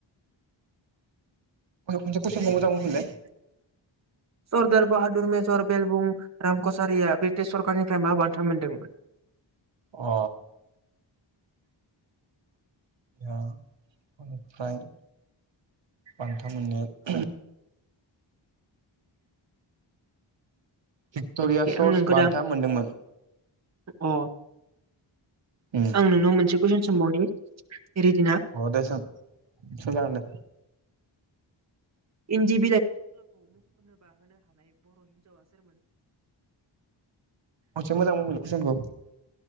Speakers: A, on the right; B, on the right.
A: खनसे कुइसनखौ मोजां बुंफिनलाय?
B: सरदार बाहादुर मेजर बेलबुं राम कचारिया ब्रिटिश सरखारारनिफ्राय मा बान्था मोनदोंमोन?
A: अ अ निफ्राय बान्था मोननाया भिक्ट'रिया सर्स
B: आं नोंखौ
A: बान्था
B: दा
A: मोनदोंमोन।
B: अ।
A: उम
B: आं नोंनाव मोनसे कुइसन सोंबावनि। रिदिना
A: अ दे सों जागोन दे
B: इन्दि
A: खनसे मोजां बुंफिनलाय कुइसनखौ?